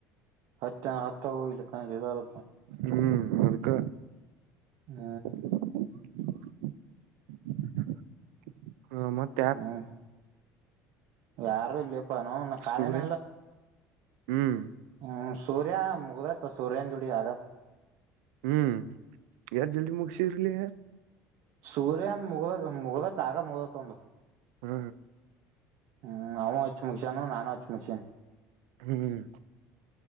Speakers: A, on the right; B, on the right.
A: ಹತ್ತ ಹತ್ತ ಹೊಗಲಿಕ್ಕಾದ್ರ
B: ಹ್ಮ್ ಅದಕ್ಕ
A: ಹ್
B: <unintelligible> ಹಾ ಮತ್ತೆ
A: ಹ್ಮ ಯಾರು ಇಲ್ಲ ನೋ
B: ಸೂರೆ
A: ಕಾಲೇನ
B: ಹ್ಮ್
A: ಹ್ಮ್ ಸೂರ್ಯ ಮುಗದತ್ತ ಸೂರ್ಯನ ಜುಡಿ ಆಗ
B: ಹ್ಮ್ ಯಾರು ಜಲ್ದಿ ಮುಗಸರ್ಲಿ
A: ಸೂರ್ಯನ್ ಮುಗಲದ ಮುಗಲತ್ ಆಗ ಮುಗತ್ ಒಂದು
B: ಹ್ಮ್
A: ಹ್ಮ್ ಅವವು ಹೆಚ್ಚು ಮುಗಸಾನು ನಾನು ಹಚ್ಚು ಮುಗಸಿ
B: ಹ್ಮ್